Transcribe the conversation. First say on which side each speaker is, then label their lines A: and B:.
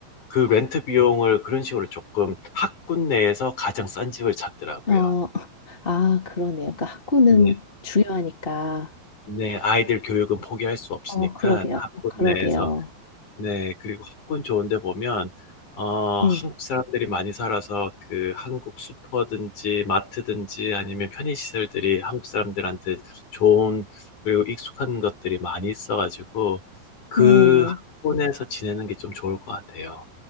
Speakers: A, on the left; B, on the left.
A: 그 렌트 비용을 그런 식으로 조금 학군 내에서 가장 싼 집을 찾더라고요.
B: 어, <laughs> 아, 그러네요. 그러니까 학구는
A: 네.
B: 중요하니까.
A: 네. 아이들 교육은 포기할 수 없으니까
B: 어, 그러게요.
A: 학군
B: 어, 그러게요.
A: 내에서 네, 그리고 학군 좋은데 보면, 어,
B: 네,
A: 한국 사람들이 많이 살아서 그 한국 슈퍼든지 마트든지 아니면 편의시설들이 한국 사람들한테 좋은 그리고 익숙한 것들이 많이 있어가지고 그
B: 네,
A: 학군에서 지내는 게 좀 좋을 것 같아요.